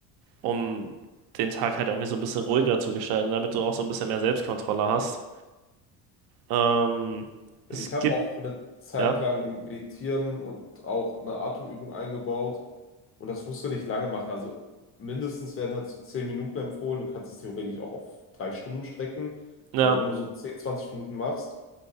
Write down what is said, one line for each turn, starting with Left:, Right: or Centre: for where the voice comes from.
Right: um den Tag halt irgendwie so ein bisschen ruhiger zu gestalten, damit du auch so ein bisschen mehr Selbstkontrolle hast. Ähm,
Left: Ich
Right: es
Left: habe
Right: gibt,
Left: auch eine Zeit
Right: ja,
Left: lang meditieren und auch eine Atemübung eingebaut. Und das musst du nicht lange machen. Also mindestens werden halt so 10 Minuten empfohlen. Du kannst es theoretisch auch auf drei Stunden strecken.
Right: ja,
Left: Aber wenn du so 10, 20 Minuten machst,